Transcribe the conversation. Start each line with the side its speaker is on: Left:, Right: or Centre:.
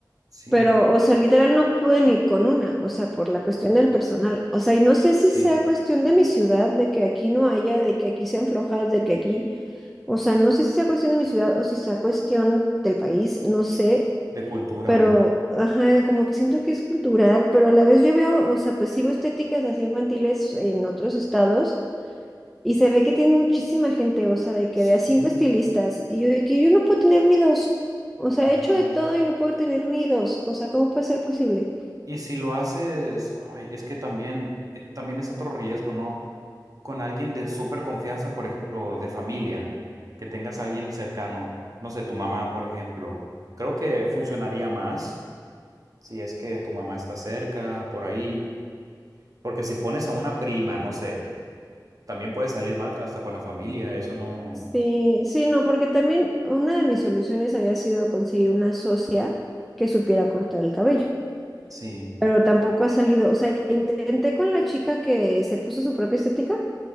Right: sí,
Centre: Pero, o sea, literal no pude ni con una, o sea, por la cuestión del personal. O sea, y no sé
Right: sí,
Centre: si sea cuestión de mi ciudad, de que aquí no haya, de que aquí sean flojas, de que aquí, o sea, no sé si sea cuestión de mi ciudad o si sea cuestión del país, no sé,
Right: de cultura,
Centre: pero,
Right: ¿no?
Centre: ajá, como que siento que es cultural, pero a la vez yo veo, o sea, pues sí veo estéticas así infantiles en otros estados. Y se ve que tiene muchísima gente, o sea, de que de
Right: Sí,
Centre: a cinco estilistas. Y yo de que yo no puedo tener ni dos. O sea,
Right: ajá.
Centre: he hecho de todo y no puedo tener ni dos. O sea, ¿cómo puede ser posible?
Right: Y si lo haces, ay, es que también, eh, también es otro riesgo, ¿no? Con alguien de súper confianza, por ejemplo, de familia, que tengas a alguien cercano, no sé, tu mamá, por ejemplo. Creo que funcionaría más si es que tu mamá está cerca, por ahí. Porque si pones a una prima, no sé También puede salir mal hasta con la familia, eso no.
Centre: Sí, sí, no, porque también una de mis soluciones había sido conseguir una socia que supiera cortar el cabello.
Right: Sí,
Centre: Pero tampoco ha salido. O sea, intenté con la chica que se puso su propia estética.